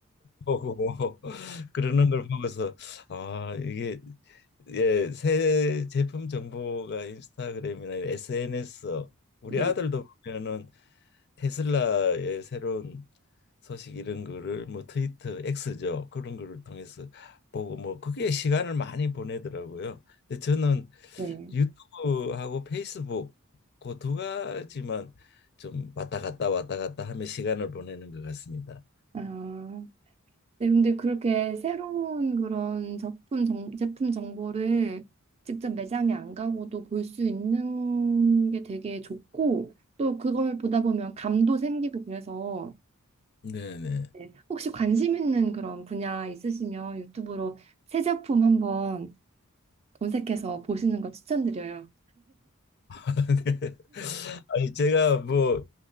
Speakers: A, on the left; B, on the right.
A: 보고 <laughs> 그러는 걸 보고서 아 이게 예, 새 제품 정보가 인스타그램이나 SNS 우리
B: 네.
A: 아들도 보면은 테슬라의 새로운 소식 이런 거를 뭐 트위터 X죠 그런 거를 통해서 보고 뭐 그게 시간을 많이 보내더라고요. 근데 저는
B: 네.
A: 유튜브하고 페이스북 그 두 가지만 좀 왔다 갔다 왔다 갔다 하며 시간을 보내는 것 같습니다.
B: 아, 네, 근데 그렇게 새로운 그런 제품, 정, 제품 정보를 직접 매장에 안 가고도 볼 수 있는 게 되게 좋고, 또 그걸 보다 보면 감도 생기고 그래서
A: 네네.
B: 네. 혹시 관심 있는 그런 분야 있으시면 유튜브로 새 제품 한번 검색해서 보시는 거 추천드려요.
A: <laughs> 네. 아니 제가 뭐